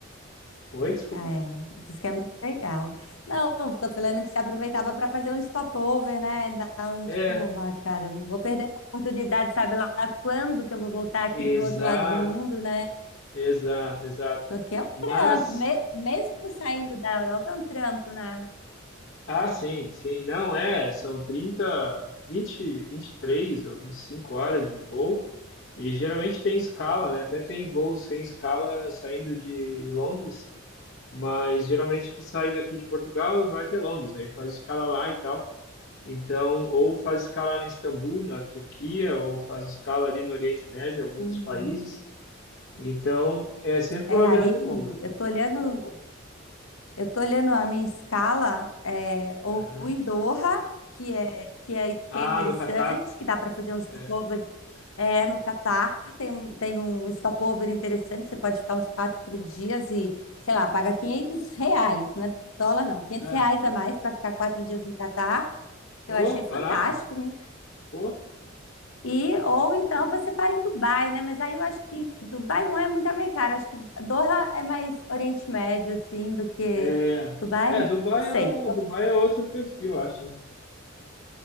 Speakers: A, on the left; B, on the left.
A: Oi, desculpa.
B: É, diz que é muito legal. Não, tô falando que se aproveitava para fazer um stopover, né? Então,
A: É,
B: tipo, vai, cara, não vou perder a oportunidade, sabe lá quando que eu vou voltar aqui
A: exato,
B: pro outro lado do mundo, né?
A: exato, exato.
B: Porque é um trampo,
A: Mas
B: me- mesmo saindo da Europa, é um trampo, né?
A: Ah, sim, sim. Não, é, são trinta, vinte, vinte e três ou 25 horas de voo. E geralmente tem escala, né? Até tem voos sem escala saindo de Londres, mas geralmente tu sai daqui de Portugal e vai até Londres, aí faz escala lá e tal. Então, ou faz escala em Istambul, na Turquia, ou faz escala ali no Oriente Médio, em alguns
B: Uhum.
A: países. Então, é sempre
B: É,
A: uma
B: ali,
A: viagem longa.
B: eu tô olhando, eu tô olhando a minha escala, é, ou
A: Aham.
B: ou em Doha, que é, que é, que
A: Ah,
B: é interessante,
A: no Catar.
B: que dá para fazer um stopover
A: É.
B: É, no Catar tem, um- tem um stopover interessante, você pode ficar uns quatro dias e, sei lá, paga 500 reais, não é dólar não, quinhentos
A: Ah,
B: reais a mais para ficar quatro dias no Catar, que
A: oh,
B: eu achei fantástico.
A: barato.
B: né?
A: Pô.
B: E, ou então você para em Dubai, né? Mas aí eu acho que Dubai não é muito a minha cara, acho que Doha é mais Oriente Médio, assim, do que
A: É,
B: Dubai,
A: é, Dubai
B: sei.
A: é, Dubai é outro perfil, eu acho, né?